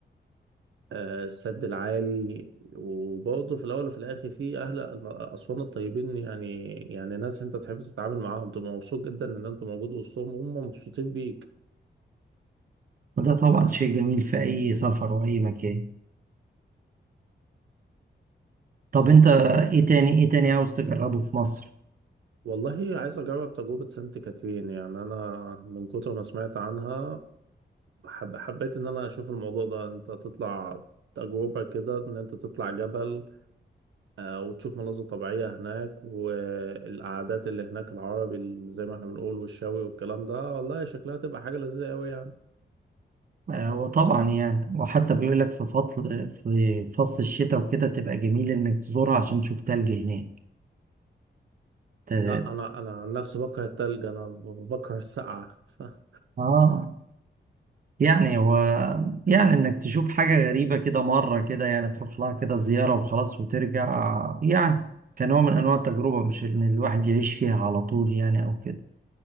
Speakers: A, on the right; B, on the right.
A: آه، السد العالي وبرضه في الأول وفي الآخر في أهل أسوان الطيبين يعني يعني ناس أنت تحب تتعامل معاهم تبقى مبسوط جدا إن أنت موجود وسطهم وهم مبسوطين بيك
B: وده طبعا شيء جميل في أي سفر وأي مكان طب أنت إيه تاني إيه تاني عاوز تجربه في مصر؟
A: والله عايز اجرب تجربة سانت كاترين يعني انا من كتر ما سمعت عنها حب حبيت ان انا اشوف الموضوع ده انت تطلع تجربة كده ان انت تطلع جبل آه، وتشوف مناظر طبيعية هناك والقعدات اللي هناك العربي اللي زي ما احنا بنقول والشاوي والكلام ده والله شكلها تبقى حاجة لذيذة قوي يعني
B: آه وطبعا يعني وحتى بيقول لك في فصل في فصل الشتاء وكده تبقى جميل إنك تزورها عشان تشوف تلج هناك ت...
A: لا انا انا عن نفسي بكره التلج انا بكره السقعة <laughs>
B: آه يعني هو يعني انك تشوف حاجة غريبة كده مرة كده يعني تروح لها كده زيارة وخلاص وترجع يعني كنوع من انواع التجربة مش ان الواحد يعيش فيها على طول يعني او كده